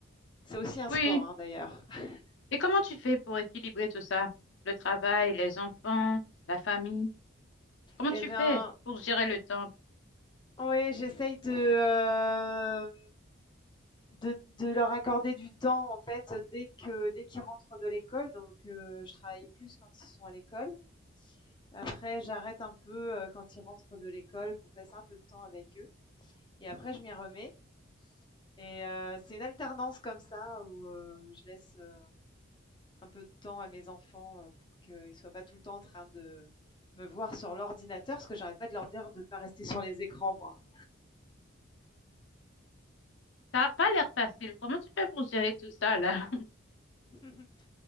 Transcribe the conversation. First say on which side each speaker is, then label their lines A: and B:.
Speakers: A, on the left (about 20°); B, on the left (about 65°).
A: C'est aussi un
B: Oui.
A: sport, hein, d'ailleurs. <laughs>
B: Et comment tu fais pour équilibrer tout ça? Le travail, les enfants, la famille? Comment
A: Et
B: tu
A: ben,
B: fais pour gérer le temps?
A: oui, j'essaye de, hem, de de leur accorder du temps, en fait, dès que dès qu'ils rentrent de l'école, donc heu, je travaille plus quand ils sont à l'école. Après, j'arrête un peu euh, quand ils rentrent de l'école pour passer un peu de temps avec eux. Et après, je m'y remets. Et euh, c'est une alternance comme ça où euh, je laisse euh, un peu de temps à mes enfants euh, pour qu'ils ne soient pas tout le temps en train de me voir sur l'ordinateur, parce que j'arrête pas de leur dire de ne pas rester sur les écrans, moi.
B: T'as pas l'air facile. Comment tu fais pour gérer tout ça là? <laughs>
A: <laughs>